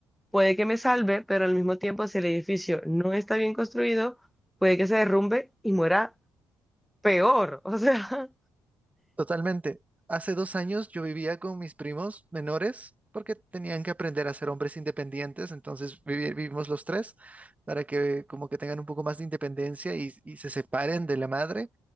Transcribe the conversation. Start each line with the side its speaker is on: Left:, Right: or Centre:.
Centre: puede que me salve, pero al mismo tiempo, si el edificio no está bien construido, puede que se derrumbe y muera peor. O sea,
Right: Totalmente. Hace dos años yo vivía con mis primos menores porque tenían que aprender a ser hombres independientes, entonces vivi- vivimos los tres para que como que tengan un poco más de independencia y, y se separen de la madre